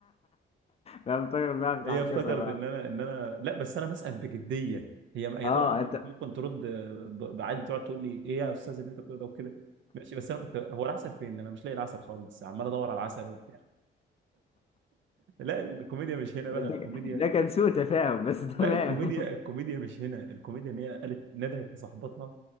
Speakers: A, on the left; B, on the right.
A: لا بتفكر بقى بتاع
B: هي افتكرت
A: كذا بقى
B: ان انا ان انا لا بس انا بسال بجديه هي هي
A: اه
B: طبعا
A: انت
B: كانت
A: <laughs>
B: ممكن ترد ب- بعادي تقعد تقول لي ايه يا استاذ اللي انت بتقوله ده وكده ماشي بس انا كنت هو العسل فين انا مش لاقي العسل خالص عمال ادور على العسل وبتاع لا الكوميديا مش هنا بقى
A: ده
B: الكوميديا
A: ده كان سوء تفاهم بس تمام
B: لا الكوميديا الكوميديا مش هنا الكوميديا ان هي قالت ندهت لصاحبتها